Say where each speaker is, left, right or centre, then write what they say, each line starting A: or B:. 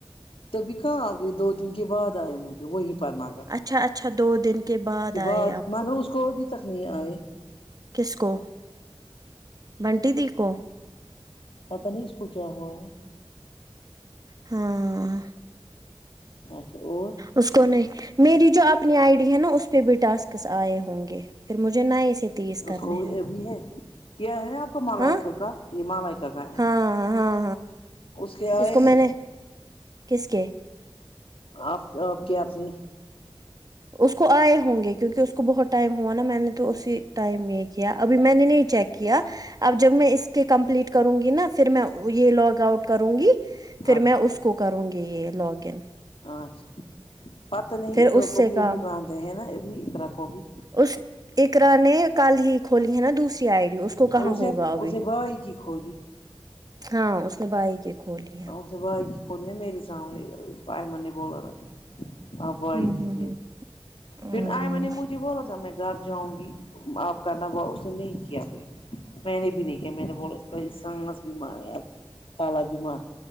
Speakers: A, on the left (about 70°); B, on the right (about 40°).
A: تبھی کہاں آگئے دو دن کے بعد آئے مجھے وہی پر مگر
B: اچھا اچھا دو دن کے بعد
A: کہ
B: آئے
A: ب
B: آپ
A: مگر اس کو ابھی تک نہیں آئے
B: کس کو بنٹی دی کو
A: پتہ نہیں اس کو کیا ہوا ہے
B: ہاں
A: اچھا اور
B: اس کو نہیں میری جو اپنی آئی ڈی ہے نا اس پہ بھی تسکس آئے ہوں گے پھر مجھے نئے سے تیس کرنے
A: اس کو
B: ہیں
A: ابھی ہے یا ہے نا آپ مالائکا
B: ہاں
A: کا یہ مالائکا کا ہے
B: ہاں ہاں ہاں
A: اس کے ائے
B: کو میں
A: ہے
B: نے کس کے
A: آپ کے آپ کیا آپ نے
B: اس کو آئے ہوں گے کیونکہ اس کو بہت ٹائم ہوا نا میں نے اسی ٹائم یہ کیا ابھی میں نے نہیں چیک کیا اب جب میں اس کے کمپلیٹ کر کروں گی نا پھر میں یہ لاگ آؤٹ کروں گی پھر
A: اچھا
B: میں اس کو کو کروں گی یہ لاگ ان
A: اچھا پتا نہیں
B: پھر
A: ایککرا
B: اس
A: کو
B: سے
A: بھی
B: کام
A: ابھی باندھ ہے نا ابھی ایککرا کو بھی
B: اس اقرا نے کل ہی کولی ہے نا دوسری آئیڈ ی اس کو
A: اسے
B: کہاں ہوگا ابھی
A: اسے بھائی کی کھولی
B: ہاں اس نے بھائی کی کھولی ہیں اب
A: <unintelligible> اب بھائی
B: ہوں ہوں
A: کی
B: ہوں ہوں
A: پھر آئے میں نے مجھے بولا تھا میں گھر جاؤں گی آپ کرنا اس نے نہیں کیا پھر میں نے بھی نہیں کیا میں نے بولا اس کو <unintelligible> بیمار آب خالہ بیمار